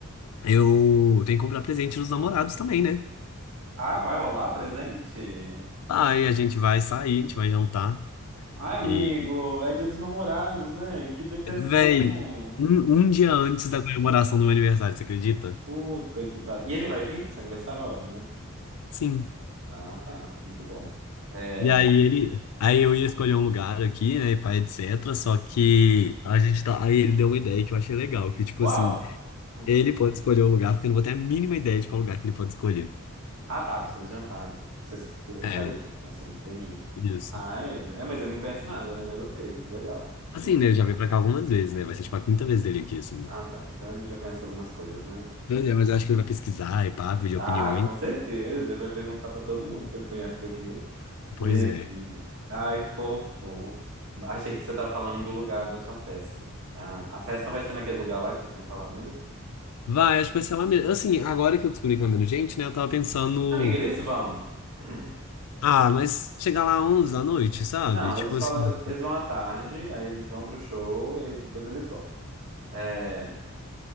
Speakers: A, on the left (about 85°); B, on the right (about 70°).
A: eu tenho que comprar presente dos namorados também, né?
B: Ah, vai rolar presente?
A: Aí a gente vai sair, a gente vai jantar.
B: Ai, amigo,
A: E,
B: é dia dos namorados, né? Que depressão.
A: véi, um, um dia antes da comemoração do meu aniversário, você acredita?
B: Puta que pariu. E ele vai vir pro seu aniversário, óbvio, né?
A: Sim.
B: Ah, tá. Muito bom. É...
A: E aí ele, aí eu ia escolher um lugar aqui, né, e pá, etc. Só que a gente tá, aí ele deu uma ideia que eu achei legal, que tipo
B: Uau!
A: assim,
B: Hum.
A: ele pode escolher o lugar, porque eu não vou ter a mínima ideia de qual lugar que ele pode escolher.
B: Ah, tá, pra vocês jantarem. Pra vocês co-
A: É,
B: saírem, assim, entendi.
A: isso.
B: Ah, ele... É, mas ele não conhece nada, né? Mas ok, legal.
A: Assim,
B: Hum.
A: né, ele já veio pra cá algumas vezes, né? Vai ser tipo a quinta vez dele aqui, assim.
B: Ah, tá. Então ele já conhece algumas coisas, né?
A: Pois é, Mas eu acho que ele vai pesquisar e pá, pedir
B: Ah,
A: opiniões.
B: com certeza. Ele vai perguntar pra todo mundo que ele conhece daqui.
A: Pois
B: E...
A: é.
B: Ai, fofo. Achei que você tá falando do lugar da sua festa. Ah, a festa vai ser naquele lugar lá que você tinha falado mesmo?
A: Vai, acho que vai ser lá mesmo. Assim, agora que eu descobri que vai menos gente, né? Eu tava pensando.
B: Amiga, eles vão. <clears throat>
A: Ah, mas chegar lá 11 da noite, sabe?
B: Não,
A: Tipo
B: eles falaram,
A: assim.
B: eles vão à tarde, aí eles vão pro show e depois eles voltam. É,